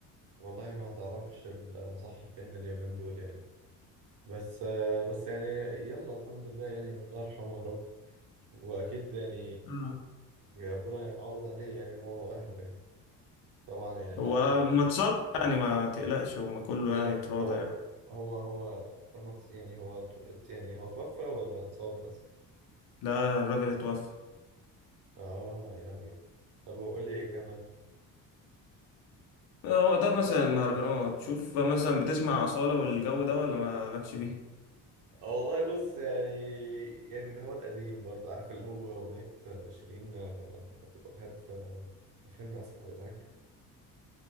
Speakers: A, on the right; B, on the left.
A: والله ما تعرفش الصح فين اليومين دول يعني بس آه، بس يعني يلا الحمد لله يعني الله يرحمه يا رب واكيد يعني
B: آه.
A: ربنا يعوض عليه يعني هو واهله يعني طبعا يعني حق
B: هو
A: الم...
B: ما اتصل يعني ما تقلقش هما كله
A: ايه
B: يعني
A: ده
B: اتراضى
A: هو
B: يعني
A: هو هو لما ت- يعني هو ت- يعني هو توفى ولا اتصاب بس
B: لا الراجل اتوفى
A: اه يا لهوي طب وقول لي ايه كمان
B: آه، هو ده مثلا المهرجانات شوف مثلا بتسمع أصالة والجو ده ولا ما لكش بيه
A: اه والله بص يعني يعني اللي هو القديم برضه عارف اللي هو اغنية شيرين آه، عبد الوهاب في في فيلم اسف على الازعاج